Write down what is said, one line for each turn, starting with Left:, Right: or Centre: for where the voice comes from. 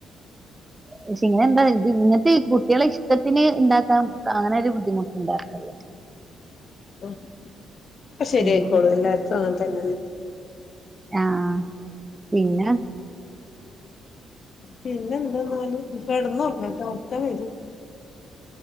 Right: പക്ഷെ ഇനി എന്താ ഇത് ഇങ്ങനത്തെഈ കുട്ടികളെ ഇഷ് ട്ടത്തിന് ഉണ്ടാക്കാ അങ്ങനൊ ഒരു ബുദ്ധിമുട്ട് ഉണ്ടാക്കുള്ളോ
Left: ഉം ഒക്കെ ശരിയായിക്കോളൂ
Right: ഉം.
Left: എല്ലാർക്കും അങ്ങനെ തന്നെല്ല
Right: ആഹ് പിന്നെ
Left: പിന്നെ എന്താെ ഇന്നാല് കെടന്നൊറങ്ങട്ടോ ഒറക്കം വരും